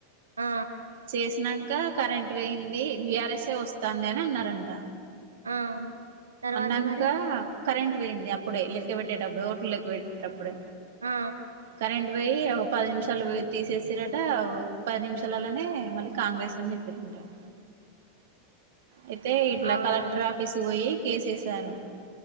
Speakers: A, on the right; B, on the right.
A: ఆ
B: చేసినంక కరెంట్ పోయింది బిఆర్ఎస్ ఏ వస్తంది అని అన్నారంట
A: ఆ తర్వాత
B: అన్నంక
A: మరి
B: కరెంట్ పోయింది అప్పుడే లెక్క పెట్టేటప్పుడే ఓట్లు లెక్క పెట్టేటప్పుడే
A: ఆ
B: కరెంట్ పోయి ఒక పది నిమిషాలు తీసేసిర్రు ఆట ఒక పది నిమిషాలలోనే మళ్ళీ కాంగ్రెస్ అని చెప్పారు ప్పిర్రు అంట
A: <inaudible>
B: అయితే ఇట్లా
A: అవునా
B: కలెక్టర్ ఆఫీసు పోయి కేసు వేసారు